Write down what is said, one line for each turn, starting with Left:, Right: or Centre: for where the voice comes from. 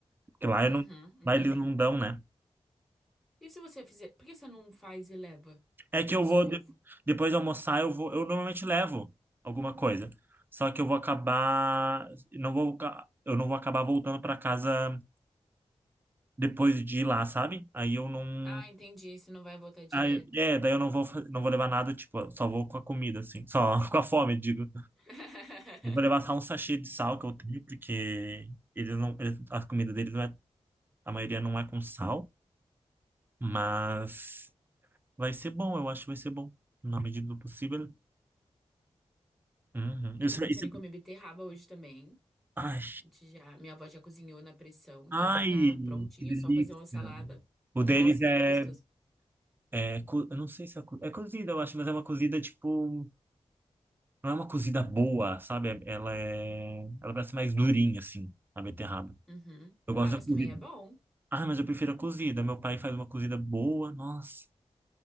Right: Porque lá
Centre: Uhum,
Right: eu não,
Centre: entendi.
Right: lá eles não dão, né?
Centre: E se você fizer, por que você não faz e leva
Right: É que eu
Centre: seu
Right: vou
Centre: ovo?
Right: de- depois de almoçar, eu vou, eu normalmente levo alguma coisa. Só que eu vou acabar, não vou, ca- eu não vou acabar voltando para casa depois de ir lá, sabe? Aí eu não
Centre: Ah, entendi, você não vai voltar direto.
Right: Aí, é, daí eu não vou, fa- não vou levar nada, tipo, só vou com a comida, assim, só <laughs> com a fome, digo.
Centre: <laughs>
Right: Eu vou levar só um sachê de sal que eu tenho, porque eles não, eles- a comida deles não é a maioria não é com sal. Mas vai ser bom, eu acho que vai ser bom. Na medida do possível. Uhum.
Centre: Eu
Right: Isso,
Centre: tô pensando
Right: isso, é,
Centre: em comer beterraba hoje também.
Right: ai,
Centre: Já, minha avó já cozinhou na pressão, então
Right: ai,
Centre: já tá prontinha,
Right: que delícia.
Centre: é só fazer uma salada.
Right: O
Centre: Nossa,
Right: deles é,
Centre: muito gostoso.
Right: é, co- eu não sei se é, co- é cozida, eu acho, mas é uma cozida tipo, não é uma cozida boa, sabe? É- Ela é, ela parece mais durinha assim, a beterraba.
Centre: Uhum.
Right: Eu gosto
Centre: Ah, mas
Right: da cozida.
Centre: também é bom.
Right: Ah, mas eu prefiro a cozida. Meu pai faz uma cozida boa, nossa.